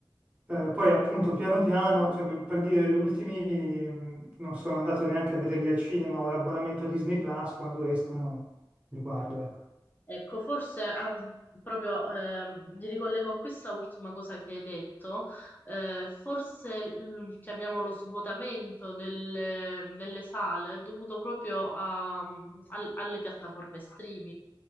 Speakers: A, on the right; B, on the left.
A: Eh, poi appunto piano piano, cioè, per, per dire, gli ultimi mh, non sono andato neanche a vederli al cinema o l'abbonamento a Disney Plus quando escono, li guardo, ecco.
B: ecco, forse ah, proprio ehm, mi ricollego a questa ultima cosa che hai detto. Eh, forse mm, chiamiamolo lo svuotamento delle, delle sale è dovuto proprio a- mhmm, al- alle piattaforme streaming.